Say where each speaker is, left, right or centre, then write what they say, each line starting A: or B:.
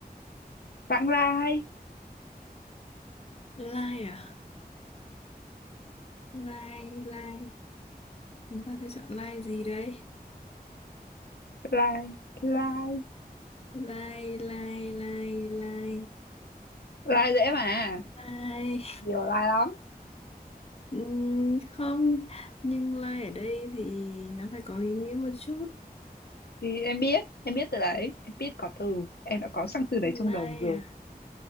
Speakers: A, on the left; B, on the left.
A: vãng lai
B: lai à lai lai Chúng ta sẽ chọn line gì đây?
A: lai lai
B: Line, line, line, line,
A: lai dễ mà
B: line.
A: nhiều lai lắm
B: Ừm, không, nhưng line ở đây thì nó phải có ý nghĩa một chút.
A: thì em biết em biết từ đấy em biết có từ em đã có sẵn từ đấy trong
B: Line
A: đầu rồi
B: à?